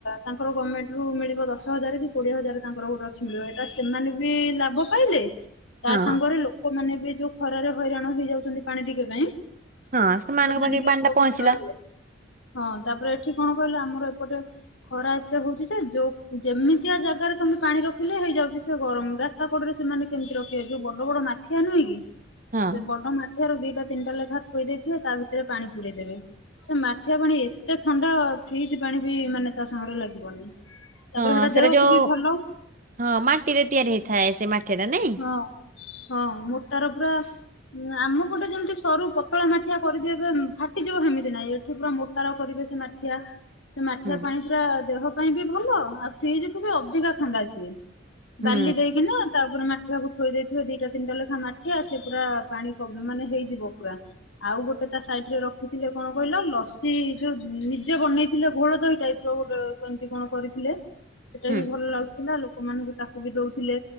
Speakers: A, on the left (about 80°); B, on the right (about 40°).
A: ତାଙ୍କର ଗଭର୍ଣ୍ମେଣ୍ଟ ରୁ ମିଳିବ ଦଶ ଦଶ ହଜାରେ କି କୋଡିଏ ହଜାରେ ତାଙ୍କର ଗୋଟେ ଅଛି ମିଳିବ ଏଟା ସେମାନେ ବି ଲାଭ ପାଇଲେ ତା
B: ହଁ
A: ସାଙ୍ଗରେ ଲୋ ଲୋକମାନେ ବି ଯୋଉ ଖରାରେ ହଇରାଣ ହେଇଯାଉଛନ୍ତି ପାଣି ଟିକେ ପାଇଁ
B: ହଁ ସେମାନଙ୍କ
A: ସେମାନେ
B: ପାଖେ
A: ବି
B: ପାଣି
A: ଉପକୃତ
B: ଟା ପହଞ୍ଚିଲା।
A: ହେଲେ। ହଁ ତାପରେ ଏଠି କଣ କହିଲ ଆମର ଏପଟେ ଖରା ଏତେ ହଉଛି ଯେ ଯୋଉ ଯେମିତିଆ ଜାଗାରେ ତମେ ପାଣି ରଖିଲେ ହେଇଯାଉଛି ସେ ଗରମ ରାସ୍ତା କଡରେ ସେମାନେ କେମିତି ରଖିବେ ଯୋଉ ବଡ ବଡ ମା ମାଠିଆ ନୁହେଁ କି
B: ହଁ
A: ସେ ବଡ ମା ଠିଆରୁ ଦିଟା ତିନଟା ଲେଖା ଥୋଇ ଦେଇଥିବେ ତା ଭିତରେ ପାଣି ପୁରେଇ ଦେବେ। ସେ ମାଠିଆ ପାଣି ଏତେ ଥଣ୍ଡା ଫ୍ରିଜ ପାଣି ବି ମାନେ ତା ସାଙ୍ଗରେ ଲାଗିବନି। ତାପରେ
B: ହଁ ସେଇଟା
A: ଦେହକୁ
B: ଯଉ
A: ବି ଭଲ।
B: ହଁ ମାଟିରେ ତିଆରି ହେଇଥାଏ ସେ ମାଠିଆ ଟା ନାଇଁ?
A: ହଁ ହଁ ମୋଟାର ପୁରା ଉଁ ଆମପଟେ ଯେମିତି ସରୁ ପତଳା ମାଠିଆ କରିଦେବେ ଫାଟିଯିବ ସେମିତି ନାହିଁ ଏଠି ପୁରା ମୋଟାର କରିବେ ସେ ମା ମାଠିଆ ସେ ମାଠିଆ
B: ହୁଁ
A: ପାଣି ପୁରା ଦେହ ପାଇଁ ବି ଭଲ ଆଉ ଫ୍ରିଜ ଠୁ ବି ଅଧିକା ଥଣ୍ଡା ସିଏ।
B: ହୁଁ
A: ବାଲି ଦେଇକିନା ତାପରେ ମା ମାଠିଆ କୁ ଥୋଇ ଦେଇଥିବେ ଦିଟା ତିନଟା ଲେଖା ମାଠିଆ ସେ ପୁରା ପାଣି ମାନେ ହେଇଯିବ ପୁରା। ଆଉ ଗୋଟେ ତା ସାଇଡ ରେ ରଖିଥିଲେ କଣ କହିଲ ଲସି ଯୋଉ ନିଜେ ବନେଇଥିଲେ ଘୋଳ ଦହି ଟାଇପ <unintelligible> କେମିତି କଣ କରିଥିଲେ ସେଟା
B: ହୁଁ
A: ବି ଭଲ ଲାଗୁଥିଲା ଲୋକମାନଙ୍କୁ ତାକୁ ବି ଦଉଥିଲେ।